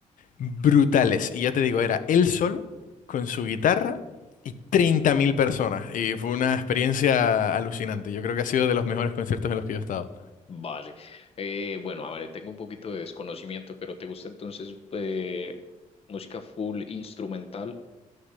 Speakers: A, on the left; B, on the left.
A: brutales. Y ya te digo, era él solo, con su guitarra y 30.000 personas. Y fue una experiencia alucinante. Yo creo que ha sido de los mejores conciertos en los que yo he estado.
B: vale. Eh, bueno, a ver, tengo un poquito de desconocimiento, pero ¿te gusta entonces eh, música full instrumental?